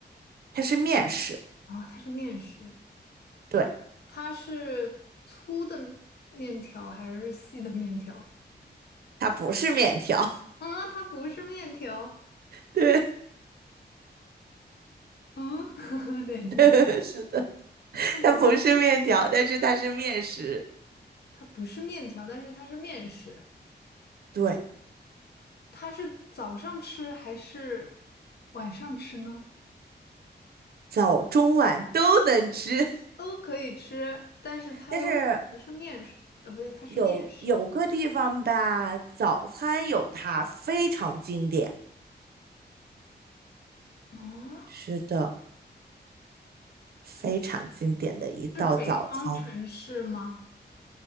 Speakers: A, on the right; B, on the left.
A: 它是面食，
B: 啊、它是面食，
A: 对，
B: 它是粗的面条还是细的面条？
A: 它不是面条。
B: 啊、它不是面条。
A: 对，
B: 嗯，<laughs> 等一下，
A: <laughs> 是的，
B: 它不，
A: 它不是面条，但是它是面食。
B: 它不是面条，但是它是面食。
A: 对，
B: 它是早上吃还是晚上吃呢？
A: 早中晚都能吃，
B: 都可以吃，但是它又不是面食，
A: 但是
B: 呃，不对，它是面食。
A: 有有个地方吧，早餐有它非常经典。
B: 哦，
A: 是的，非常经典的一道早餐。
B: 是北方城市吗？